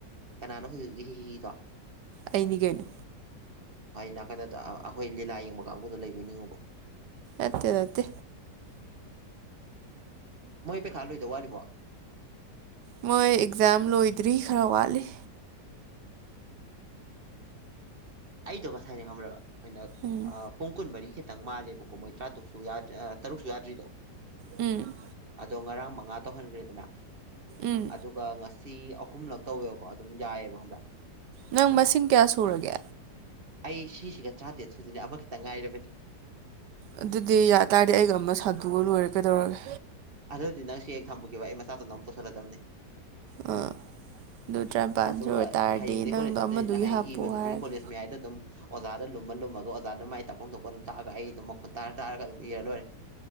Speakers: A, on the right (about 35°); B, on the right (about 75°).
A: ꯀꯅꯥꯅꯣ ꯍꯧꯖꯤꯛ ꯍ ꯍꯗꯣ
B: ꯑꯩꯅꯤ ꯀꯩꯅꯣ
A: ꯅꯥꯀꯟꯗ ꯑꯩꯈꯣꯏ ꯂꯤꯂꯥ ꯌꯦꯡꯕ ꯀꯥꯡꯕꯨꯗꯣ ꯂꯩꯕꯤꯅꯤꯡꯉꯨꯕ
B: ꯑꯠꯇꯦ ꯅꯠꯇꯦ
A: ꯃꯣꯏ ꯄꯩꯈꯥ ꯂꯣꯏꯗꯧ ꯋꯥꯠꯂꯤꯕꯣ
B: ꯃꯣꯏ ꯑꯦꯛꯖꯥꯝ ꯂ ꯏꯗꯔꯤ꯭ꯔꯋꯥꯂꯤꯦ
A: ꯑꯩꯗꯣ ꯀꯁꯥꯏꯅꯤ ꯈ꯭ꯔꯣ ꯀꯩꯅꯣ
B: ꯎꯝ
A: ꯄꯨꯡ ꯀꯨꯟ ꯃꯔꯤꯈꯤ ꯈꯤꯇꯪ ꯃꯥꯜꯂꯦꯕꯀꯣ ꯃꯣꯏ ꯇꯔꯥꯇꯔꯨꯛꯁꯨ ꯌꯥꯗ ꯇꯔꯨꯛꯁꯨ ꯌꯥꯗ꯭ꯔꯤꯗꯣ
B: ꯎꯝ
A: ꯑꯗꯣ ꯉꯔꯥꯡ ꯃꯉꯥ ꯇꯧꯍꯟꯈ꯭ꯔꯦꯗꯅ
B: ꯎꯝ
A: ꯑꯗꯨꯒ ꯉ ꯁꯤ ꯑꯍꯨꯝꯂꯛ ꯇꯧꯋꯦꯕꯀꯣ ꯑꯗꯨꯝ ꯌꯥꯏꯑꯕ ꯑꯃ꯭ꯔꯛ
B: ꯅꯪ ꯃꯁꯤꯡ ꯀꯌꯥ ꯁꯨꯔꯒꯦ
A: ꯑꯩ ꯁꯤꯁꯤꯒ ꯇꯔꯥꯇꯔꯦꯠ ꯁꯨꯖꯤꯅꯤ ꯑꯃꯈꯈꯤꯛꯇ ꯉꯥꯏꯔꯕꯅꯤ
B: ꯑꯗꯨꯗꯤ ꯌꯥ ꯇꯔꯗꯤ ꯑꯩꯒ ꯑꯃ ꯁꯥꯟꯗꯣꯛꯑꯒ ꯂꯣꯏꯔꯦ ꯀꯩꯗꯧꯔꯒꯦ
A: ꯑꯗꯨꯗꯤ ꯅꯪ ꯁꯤ ꯍꯦꯛ ꯊꯝꯕꯈꯤꯕ ꯑꯩ ꯃꯆꯥꯇꯣ ꯅ ꯑꯃꯨꯛ ꯇꯧꯁꯤꯜꯂꯗꯕꯅꯤ
B: ꯑ ꯑꯗꯨ ꯇꯔꯥꯅꯤꯄꯥꯟ
A: ꯑꯗꯨꯒ
B: ꯁꯨ ꯑꯣꯏ ꯇꯥꯔꯗꯤ
A: ꯍꯌꯦꯡꯗꯒꯤꯩ
B: ꯅꯪꯗꯣ
A: ꯀꯣꯂꯦꯖ ꯆꯠꯇꯣꯏꯅꯤꯅ
B: ꯑꯃꯗꯨꯒꯤ
A: ꯍꯌꯦꯡ
B: ꯍꯥꯞꯄꯣ
A: ꯏꯕꯗꯨꯗꯤ
B: ꯍꯥꯏꯔꯒꯦ
A: ꯀꯣꯂꯦꯖ ꯃꯌꯥꯏꯗ ꯑꯗꯨꯝ ꯑꯣꯖꯥꯗ ꯂꯨꯝꯃ ꯂꯨꯝꯃꯒꯣ ꯑꯣꯖꯥꯅ ꯃꯥꯏ ꯇꯥꯛꯐꯝ ꯊꯣꯛꯄ ꯑꯗꯨꯝ ꯇꯥꯛꯑꯒ ꯑꯩ ꯑꯗꯨꯝ ꯃꯈꯨꯟ ꯇꯥꯔ ꯇꯥꯔꯒ ꯑꯗꯨꯝ ꯏꯔ ꯂꯔꯦ